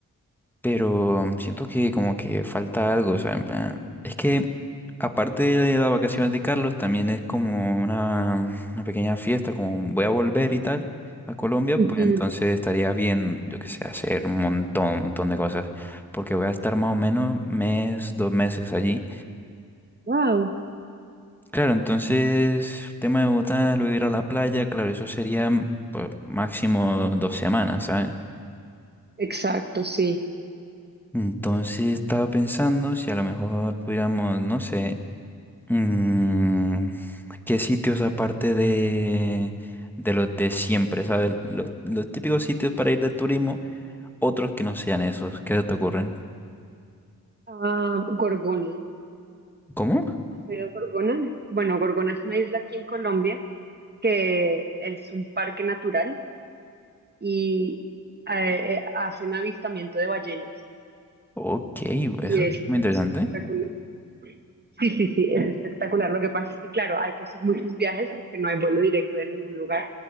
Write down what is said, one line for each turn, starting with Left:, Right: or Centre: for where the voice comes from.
Centre: pero siento que como que falta algo, o sea, en plan, es que aparte de las vacaciones de Carlos, también es como una, una pequeña fiesta, como voy a volver y tal a Colombia,
Right: Ujú.
Centre: pues entonces estaría bien, yo qué sé, hacer un montón, un montón de cosas, porque voy a estar más o menos mes, dos meses allí.
Right: Wow,
Centre: Claro, entonces, tema de Bogotá, luego ir a la playa, claro, eso sería pues máximo dos semanas, ¿sabes?
Right: exacto, sí.
Centre: Entonces estaba pensando si a lo mejor pudiéramos, no sé, Mm, ¿qué sitios aparte de, de los de siempre, ¿sabes? Los, los típicos sitios para ir de turismo, otros que no sean esos, ¿qué se te ocurren?
Right: Ah, Gorgona.
Centre: ¿Cómo?
Right: ¿Has oído Gorgona? Bueno, Gorgona es una isla aquí en Colombia que es un parque natural y eh, eh, hacen avistamiento de ballenas
Centre: Ok,
Right: y
Centre: eso es
Right: es
Centre: muy interesante.
Right: espectacular. Sí, sí, sí, es espectacular. Lo que pasa es que, claro, hay que hacer muchos viajes porque no hay vuelo directo de ningún lugar.